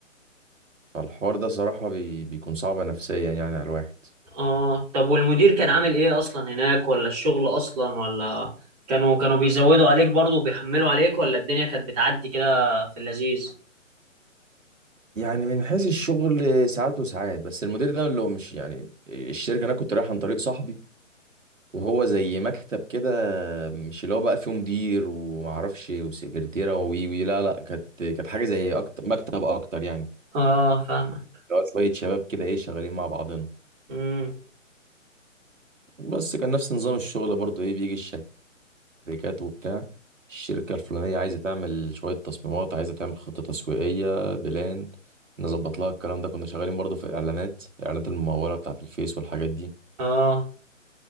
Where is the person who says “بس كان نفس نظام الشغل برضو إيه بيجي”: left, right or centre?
Right